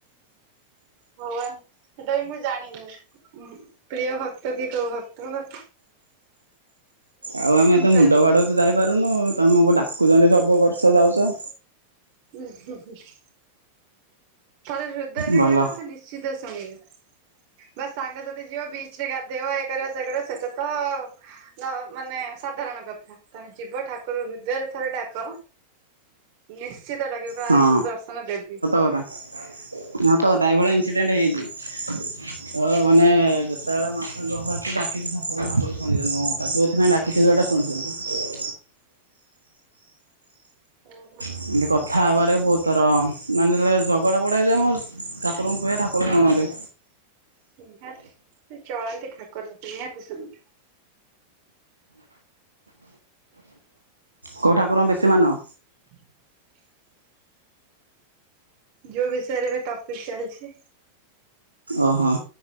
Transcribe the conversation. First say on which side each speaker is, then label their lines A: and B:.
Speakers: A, on the right; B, on the right.
A: ହଁ ବା ସେଟା ବି ମୁଁ ଜାଣିନି। ଉଁ ପ୍ରିୟ ଭକ୍ତ କି କୋଉ ଭକ୍ତ ବେ
B: ଆଉ ଆମେ ଏତେ ମୁଣ୍ଡ
A: କରେ ମୁଁ
B: ବାଡଉଛୁ
A: ତାଙ୍କୁ।
B: ଯାଇପାରୁନୁ ତମକୁ ଡାକୁଛନ୍ତି ସବୁ ବର୍ଷ ଯାଉଛ।
A: ଉଁ ହୁଁ ହୁଁ। ଥରେ ହୃଦୟରୁ
B: ଭଲ
A: ଡାକ ସେ ନିଶ୍ଚିତ ଶୁଣିବେ। ବା ସାଙ୍ଗସାଥି ଯିବ ବିଚ ରେ ଗାଧେଇବ ଏଇ କରିବ ସିଏ କରିବ ସେଟା ତ। ନ ମାନେ ସାଧାରଣ କଥା ତମେ ଯିବ ଠାକୁର ହୃଦୟରେ ଥରେ ଡାକ। ନିଶ୍ଚିତ ଡାକିବେ କହିବେ
B: ହଁ
A: ଆସୁନୁ ତ ଦର୍ଶନ ଦେବି।
B: କଥା। ସତ କଥା ଏଇଭଳି ଇନସିଡେଣ୍ଟ ହେଇଚି। ମୋର ମାନେ ଯେତେବେଳେ <unintelligible> ଆସଛି ଡାକିଛି ଠାକୁର ଶୁଣିଛନ୍ତି ମୋ କଥା ଯେଉଥିପାଇଁ ଡା କିଛି ଜଉଟା ଶୁଣିଛନ୍ତି।
A: ହୁଁ ହୁଁ।
B: ଏମିତି କଥା ହେବାରେ ବହୁତ ଥର ମାନେ ଯେତେବଳେ ଝଗଡ଼ା ଫଗଡ଼ା ହେଇଯାଏ ମୋର ଠାକୁରଙ୍କୁ କୁହେ ଠାକୁର ଶୁଣନ୍ତି।
A: ନିହାତି ସେ ଚଳନ୍ତି ଠାକୁର ନିହାତି ଶୁଣି
B: କୋଉ ଠାକୁରଙ୍କୁ ବେଶୀ ମାନ।
A: <inaudible> ଯୋଉ ବିଷୟରେ ଏବେ ଟପିକ୍ ଚାଲିଛି।
B: ଅ ହୋ।